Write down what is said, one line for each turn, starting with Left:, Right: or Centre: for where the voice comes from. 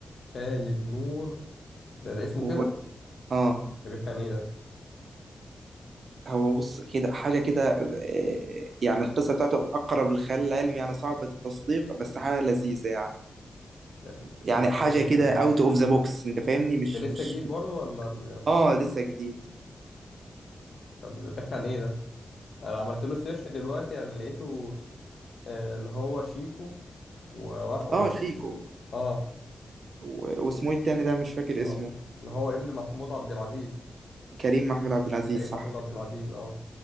Left: خالد نور ده ده اسمه
Right: هو
Left: كده
Right: اه
Left: ده بيحكي عن ايه ده
Right: هو بص كده حاجة كده آه، يعني القصة بتاعته أقرب للخيال العلمي يعني صعبة التصديق بس حاجة لذيذة يعني
Left: ده
Right: يعني
Left: بي-
Right: حاجة
Left: بيحكي
Right: كده
Left: عن ايه
Right: أوت أوف ذا بوكس أنت فاهمني مش
Left: ده لسه
Right: مش
Left: جديد برضه ولا م-
Right: اه لسه جديد
Left: طب بيحكي عن ايه ده انا عملت له سيرش دلوقتي يعني لقيته آه، اللي هو شيكو و... و...
Right: اه
Left: و-
Right: شيكو
Left: اه
Right: و... واسمه ايه التاني ده مش فاكر
Left: اللي هو
Right: اسمه
Left: اللي هو ابن محمود عبد العزيز
Right: كريم محمود عبد العزيز
Left: كريم
Right: صح
Left: محمود عبد العزيز اه